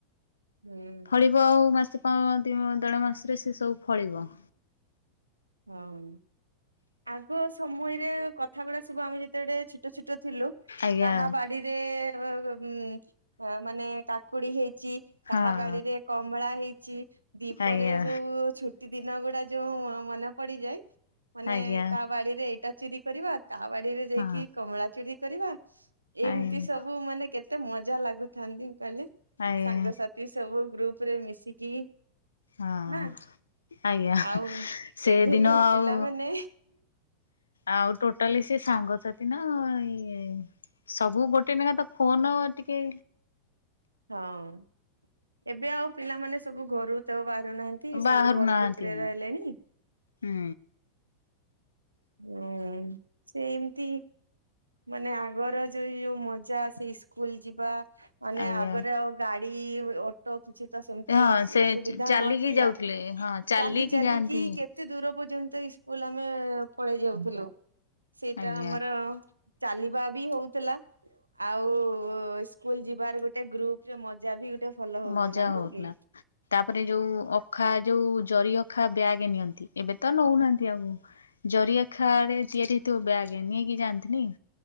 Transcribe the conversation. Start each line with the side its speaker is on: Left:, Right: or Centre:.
Right: ହୁଁ।
Left: ଡିବ ଆଉ ମାସେ ପ ଦି ଦେଢ଼ ମାସରେ ସିଏ ସବୁ ଫଳିବ।
Right: ହୁଁ ଆଗ ସମୟରେ କଥା ଗୁଡ଼ା ସବୁ ଆମେ ଯେତେଡ଼େ ଛି ଟ ଛୋଟ ଥିଲୁ
Left: ଆଜ୍ଞା
Right: କାହା ବାଡି଼ ରେ ଅ ଅ ଉଁ ଅ ମାନେ କାକୁଡ଼ି ହେଇଚି କାହା
Left: ହଁ
Right: ବାଡି଼ରେ କମଳା ହେଇଚି ଦିଇପରେ
Left: ଆଜ୍ଞା
Right: ଯୋଉ ଛୁଟି ଦିନ ଗୁଡ଼ା ଯୋଉଁ ମନେ ପଡ଼ିଯାଏ ମାନେ
Left: ଆଜ୍ଞା
Right: ତା ବାଡ଼ିରେ ଏଇଟା ଚୁରି କରିବା ତା ବାଡ଼ିରେ ଯାଇକି
Left: ହଁ
Right: କମଳା ଚୁରି କରିବା ଏମତି
Left: ଆଜ୍ଞା
Right: ସବୁ ମାନେ କେତେ ମଜା ଲାଗୁ ଥାନ୍ତି କଇଲେ
Left: ଆଜ୍ଞା
Right: ସାଙ୍ଗସାଥି ସବୁ ଗ୍ରୁପ୍ ରେ ମିଶିକି
Left: ହଁ
Right: ନା
Left: ଆଜ୍ଞା
Right: ଆଉ
Left: ସେଦିନ
Right: ଏବେକାର
Left: ଆଉ
Right: ପିଲାମାନେ
Left: ଆଉ ଟୋଟାଲି ସେ ସାଙ୍ଗସାଥି ନାଁ ଇଏ ସବୁ ଗୋ କେ ନେଖା ତ ଫୋନ ଟିକେ
Right: ହଁ ଏବେ ଆଉ ପିଲାମାନେ ସବୁ ଘରୁ ତ ବାହାରୁନାହାଁ ତି
Left: ବାହାରୁ
Right: ସବୁ ଘର
Left: ନାହାନ୍ତି
Right: ଭିତରେ ରହିଲେଣି।
Left: ହୁଁ।
Right: ହୁଁ ସେମତି ମାନେ ଆଗର ଯୋ ଏ ଯୋଉ ମଜା ଅସେ ସ୍କୁଲ ଯିବା ମାନେ
Left: ଆଜ୍ଞା
Right: ଆଗରେ ଆଉ ଗାଡ଼ି ଅ ଟ କିଛି ତ ସେମତି
Left: ହଁ
Right: ଅ ସୁ
Left: ସେ
Right: ସୁବିଧା
Left: ଚାଲିକି
Right: ନଥିଲା
Left: ଯାଉଥିଲେ ହଁ
Right: ଚାଲି ଚାଲିକି
Left: ଯାଆନ୍ତି
Right: କେ ତେ ଦୂର ପର୍ଯ୍ୟନ୍ତ ଇସ୍କୁଲ୍ ଆମେ ପଳେଇ ଯାଉଥୁଲୁ ସେଇଟା
Left: ଆଜ୍ଞା
Right: ଆମର ଚାଲିବା ବି ହଉଥୁଲା। ଆଉ ସ୍କୁଲ୍ ଯିବାର ଗୋଟେ ଗ୍ରୁପ୍ ରେ ମଜା ବି ଗୋଟେ ଭଲ ହଉଥୁଲା,
Left: ମଜା ହଉଥିଲା।
Right: ନୁହଁ କି?
Left: ତାପରେ ଯୋଉ ଅଖା ଯୋଉ ଜରି ଅଖା ବ୍ୟାଗେ ନିଅନ୍ତି ଏବେ ତ ନଉନାହାନ୍ତି ଆଉ। ଜରି ଅଖାରେ ତିଆରି ହେଇଥିବ ବ୍ୟାଗେ ନେଇକି ଯାଆନ୍ତିନେଇ?